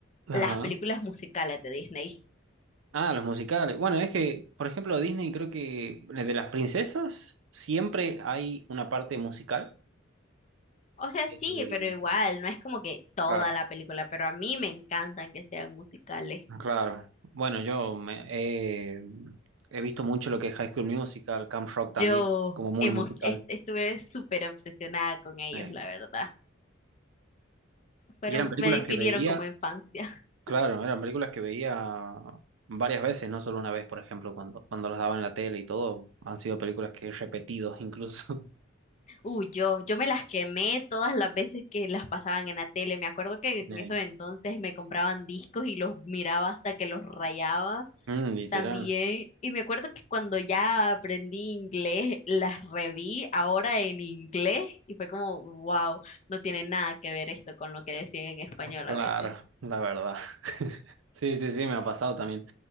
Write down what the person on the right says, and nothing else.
Ajá.
Ah, los musicales. Bueno, es que, por ejemplo, Disney creo que eh, de las princesas siempre hay una parte musical.
Eh,
claro.
Claro. Bueno, yo me- eh, he visto mucho lo que es High School Musical, Camp Rock
también, como muy
musical.
eh.
Y eran películas
que veía,
claro, eran películas que veía varias veces, no solo una vez, por ejemplo, cuando, cuando las daban en la tele y todo. Han sido películas que he repetido incluso.
<laughs>
Eh,
mm, literal.
Claro,
la verdad. <laughs> Sí, sí, sí, me ha pasado también.